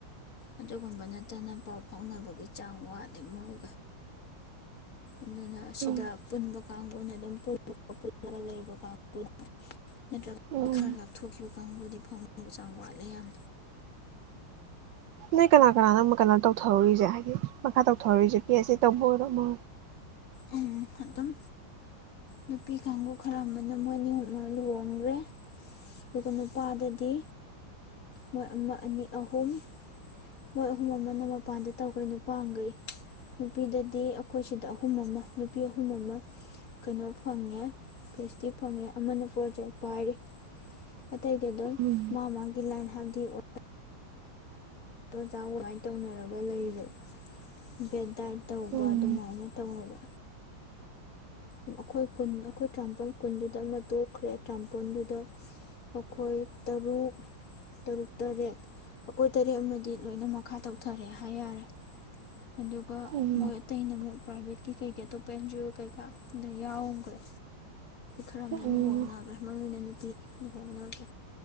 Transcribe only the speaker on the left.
ꯑꯗꯨꯒꯨꯝꯕ ꯅꯠꯇꯅ ꯄꯥꯎ ꯐꯥꯎꯅꯕꯒꯤ ꯆꯥꯡ ꯋꯥꯠꯂꯤ ꯃꯣꯏ ꯑꯗꯨꯅ ꯑꯁꯤꯗ
ꯄꯨꯨꯟꯕ ꯀꯥꯡꯕꯨꯅ ꯑꯗꯨꯝ ꯄꯨꯜꯂꯒ ꯂꯩꯕ ꯀꯥꯡꯕꯨ ꯅꯠꯇ꯭ꯔꯒꯗꯤ
ꯈꯔ ꯂꯥꯞꯊꯣꯛꯈꯤꯕ ꯀꯥꯡꯕꯨꯗꯤ ꯐꯥꯎꯅꯕꯒꯤ ꯆꯥꯡ ꯌꯥꯝ ꯋꯥꯠꯂꯤ ꯌꯥꯝ
ꯎꯝ ꯑꯗꯨꯝ ꯅꯨꯄꯤ ꯀꯥꯡꯕꯨ ꯈꯔ ꯑꯃꯅ ꯃꯣꯏ ꯅꯤ ꯍꯨꯝꯃ ꯂꯨꯍꯣꯡꯈ꯭ꯔꯦ ꯑꯗꯨꯒ ꯅꯨꯄꯥꯗꯗꯤ ꯃꯣꯏ ꯑꯃ ꯑꯅꯤ ꯑꯍꯨꯝ ꯃꯣꯏ ꯑꯍꯨꯝ ꯑꯃꯅ ꯃꯄꯥꯟꯗ ꯇꯧꯈ꯭ꯔꯦ ꯅꯨꯄꯥꯒꯩ ꯅꯨꯄꯤꯗꯗꯤ ꯑꯩꯈꯣꯏ ꯁꯤꯗ ꯑꯍꯨꯝ ꯑꯃ ꯅꯨꯄꯤ ꯑꯍꯨꯝ ꯑꯃ ꯀꯩꯅꯣ ꯐꯪꯉꯦ ꯄꯤ ꯑꯩꯆ ꯗꯤ ꯐꯪꯉꯦ ꯑꯃꯅ ꯄ꯭ꯔꯣꯖꯦꯛ ꯄꯥꯏꯔꯤ ꯑꯇꯩꯗꯤ ꯑꯗꯨꯝ
ꯃꯥ ꯃꯥꯒꯤ ꯂꯥꯏꯟ ꯍꯥꯏ ꯃꯤ ꯑꯣꯠ ꯑꯣꯖꯥ ꯃꯥꯏꯅ ꯇꯧꯅꯔꯒ ꯂꯩꯕ ꯕꯦꯠ ꯗꯥꯏꯠ ꯇꯧꯕ
ꯑꯗꯨꯃꯥꯏꯅ ꯇꯧꯅꯕ ꯑꯩꯈꯣꯏ ꯀꯨꯟ ꯑꯩꯈꯣꯏ ꯇꯔꯥꯃꯥꯄꯜ ꯀꯨꯟꯗꯨꯗ ꯑꯃ ꯇꯣꯛꯈ꯭ꯔꯦ ꯇꯔꯥꯃꯥꯄꯜꯗꯨꯗ ꯑꯩꯈꯣꯏ ꯇꯔꯨꯛ ꯇꯔꯨꯛ ꯇꯔꯦꯠ ꯑꯩꯈꯣꯏ ꯇꯔꯦꯠ ꯑꯃꯗꯤ ꯂꯣꯏꯅ ꯃꯈꯥ ꯇꯧꯊꯔꯦ ꯍꯥꯏ ꯌꯥꯔꯦ ꯑꯗꯨꯒ
ꯃꯣꯏ ꯑꯇꯩꯅ ꯑꯃꯨꯛ ꯄ꯭ꯔꯥꯏꯚꯦꯠꯀꯤ ꯀꯩꯒꯤ ꯑꯇꯣꯞꯄ ꯑꯦꯟ ꯖꯤ ꯑꯣ ꯀꯩꯀꯥ ꯌꯥꯎꯒ꯭ꯔꯦ ꯈꯔꯃꯅ
ꯂꯨꯍꯣꯡꯅꯒ꯭ꯔꯦ ꯃꯔꯨ ꯑꯣꯏꯅ ꯅꯨꯄꯤ ꯅꯒꯦ